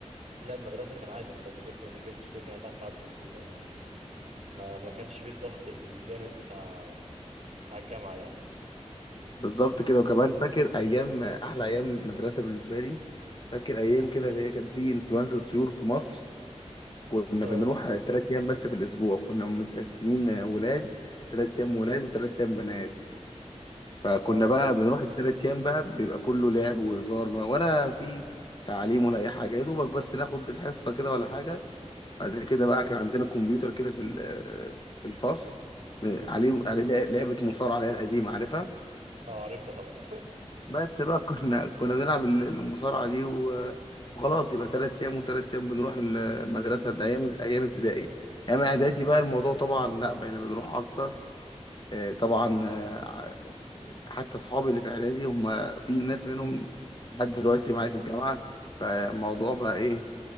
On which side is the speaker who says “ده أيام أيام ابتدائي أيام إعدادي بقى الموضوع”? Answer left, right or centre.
Left